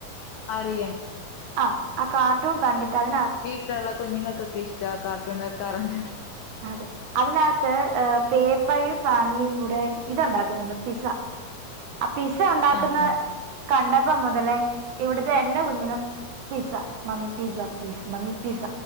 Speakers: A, on the left; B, on the right.
A: അറിയെൻ
B: ആഹ് ആ കാർട്ടൂൺ കണ്ടിട്ട് അതിന
A: ട്ടൊള്ള കുഞ്ഞുങ്ങക്കൊക്കെ ഇഷ്ട ആ കാർട്ടൂൺ വെക്കാറുണ്ട്.
B: അതെ അതിനകത്ത് അ് പേപ്പയും ഫാമിലിയും കൂടെ ഇത്ണ്ടാക്കുന്നുണ്ട് പിസ്സ. ആ പിസ്സ ഒണ്ടാക്കുന്ന
A: ആഹ്, ആഹ്,
B: കണ്ടപ്പം മുതല് ഇവിടുത്തെ എന്റെ കുഞ്ഞിനും pizza mummy pizza please mummy pizza